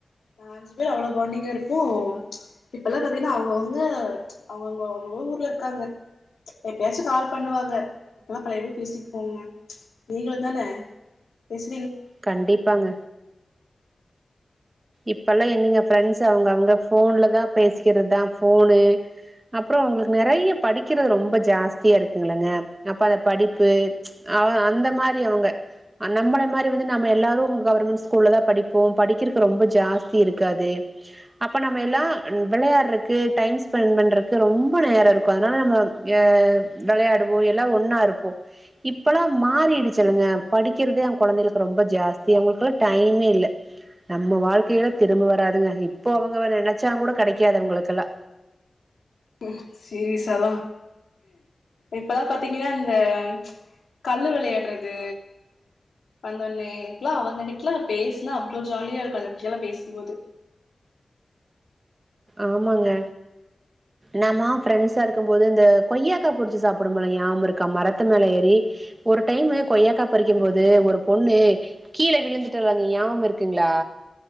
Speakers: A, on the left (about 85°); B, on the right (about 35°).
A: நாங்க அஞ்சு பேர் அவ்ளோ பாண்டிங்கா இருப்போ ச்ச் இப்பல்லா பாத்தீங்ன்னா அவுங்கவுங்க அவுங்கவுங்க அவுங்க ஊ ஊர்ல இருக்காங்க ச்ச் எப்பயாச்சு கால் பண்ணுவாங்க. அப்பல்லா பழைய <unintelligible> பேசிப்போங்க. ப்ச் நீங்களுந்தான பேசி
B: கண்டிப்பாங்க இப்பல்லா என்னங்க ஃப்ரண்ட்ஸு அவுங்கவுங்க ஃபோன்ல தா பேசிக்கிறது ஃபோனு அப்றொ அவுங்களுக்கு நெறைய்ய படிக்கிறது ரொம்ப ஜாஸ்தியா இருக்குங்கல்லங்க. அப்ப அத படிப்பு ச்ச் அவ அந்த மாரி அவுங்க. நம்மெளெ மாரி வந்து நம்ம எல்லாரு இ கவுர்மெண் ஸ்கூல்ல தா படிப்போ. படிக்கிற ரொம்ப ஜாஸ்தி இருக்காது. அப்ப நம்ம எல்லா வெளையாட்றக்கு, டைம் ஸ்பெண் பண்றக்கு ரொம்ப நேரோ இருக்கூ. அதனால நம்ம அ வெளையாட்வோ எல்லா ஒண்ணா இருப்போ. இப்பல்லா மாறிடிச்சில்லங்க படிக்கிறதே அவ் கொழந்தைளுக்கு ரொம்ப ஜாஸ்தி அவுங்ளுக்கெல்லா டைம்மே இல்ல. நம்ம வாழ்க்கையெல்லா திரும்ப வராதுங்க. இப்போ அவங்க வே நெனைச்சாங்கூட கெடைக்காது அவுங்ளுக்கெல்லா.
A: ம் சீரியஸாதா இப்பலா பாத்தீங்ன்னா இந்த ச்ச கல்லு வெளையாட்றது வந்தோன்னே, இப்பல்லா அவங்ககிட்லா பேசுனா அவ்ளோ ஜாலியா இருக்கு அத பத்தி எல்லா பேசம்போது.
B: ஆமாங்க நாம்மோ ஃப்ரெண்ட்ஸ்ஸா இருக்கும்போது இந்த கொய்யாக்கா புடிச்சி சாப்டுவோ <unintelligible> ஞாபம் இருக்கா. மரத்து மேல ஏறி ஒரு டைமு கொய்யக்கா பறிக்கும்போது ஒரு பொண்ணு கீழே விழுந்துட்டாலங்க. அது ஞாப இருக்குங்களா?